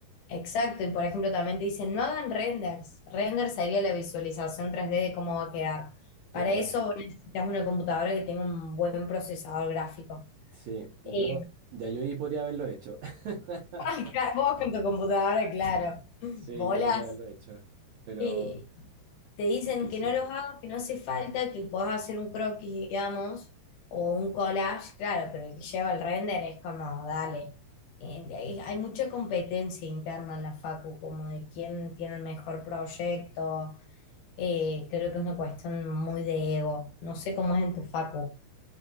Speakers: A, on the left (about 85°); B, on the right (about 85°).
A: Exacto, y por ejemplo también te dicen, no hagan renders. Render sería la visualización tres d de cómo va a quedar.
B: Claro,
A: Para eso necesitas una computadora que tenga un buen procesador gráfico.
B: sí, yo,
A: Eh,
B: ya yo ahí podría haberlo hecho. <laughs>
A: <laughs> vos con tu computadora, claro.
B: Sí,
A: Bolas.
B: yo podría haberlo hecho, pero
A: Y te dicen
B: difícil.
A: que no los hagas, que no hace falta, que podés hacer un croquis, digamos, o un collage, claro, pero el que lleva el render es como, dale. Eh, Hay, hay mucha competencia interna en la Facu, como de quién tiene el mejor proyecto. Eh, creo que es una cuestión muy de ego. No sé cómo es en tu Facu.